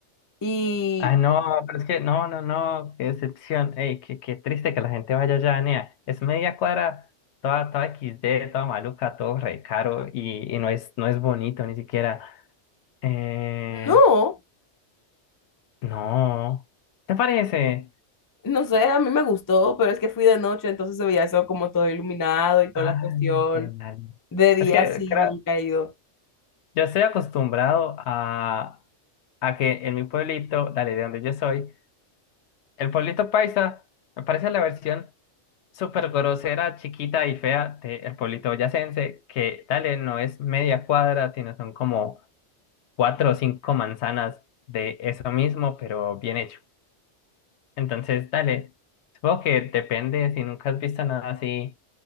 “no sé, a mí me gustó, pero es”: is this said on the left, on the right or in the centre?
Left